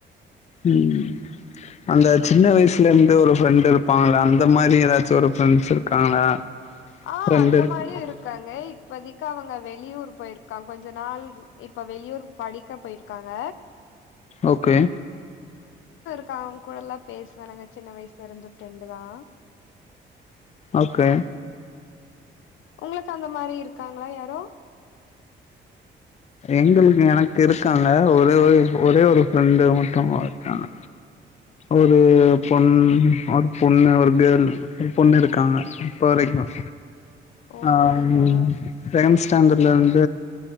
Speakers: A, on the left; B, on the left.
A: உஹம் அந்த சின்ன வயசுல இருந்து ஒரு ஃப்ரெண்ட் இருப்பாங்களா அந்த மாதிரி ஏதாச்சும் ஒரு ஃப்ரெண்ட்ஸ் இருக்காங்களா
B: ஆஹ்
A: ஃப்ரெண்ட்
B: அந்த
A: இருக்
B: மாரியு இருக்காங்க இப்பதைக் அவங்க வெளியூர் போயிருகாங்க கொஞ்ச நாள் இப்ப வெளியூர் படிக்க போயிருக்காங்க
A: ஓகே
B: அக்க அவன் கூட எல்லாம் பேசுவறங்க சின்ன வயசுல இருந்த ஃப்ரெண்டு தான்
A: ஓகே
B: உங்களுக்கு அந்த மாதிரி இருக்காங்களா யாரோ
A: எங்களுக்கு எனக்கு இருக்கல ஒரே ஒரு ஒரே ஒரு ஃப்ரெண்டு மட்டும் இருக்காங்க ஒரு
B: ஓ
A: பொண் அடுத்து பொண்ணு ஒரு கேள் பொண்ணு இருக்காங்க இப்ப வரைக்கும்
B: ஓ
A: ஆஹ்
B: அப்டிங்களா
A: பிரம்ஸ் தந்துலன் இருந்தூ